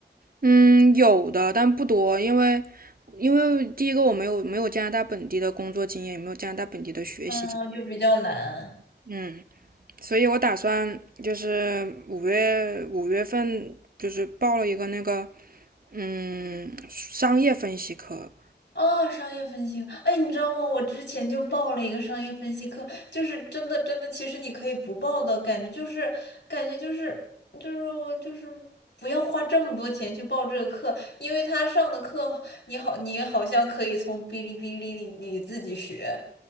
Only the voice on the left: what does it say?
嗯，就比较难。
啊，商业分析课，哎，你知道吗？我之前就报了一个商业分析课，就是真的真的，其实你可以不报的感觉，就是感觉就是就是我就是不要花这么多钱去报这个课，因为他上的课你好你好像可以从哔哩哔哩里里自己学。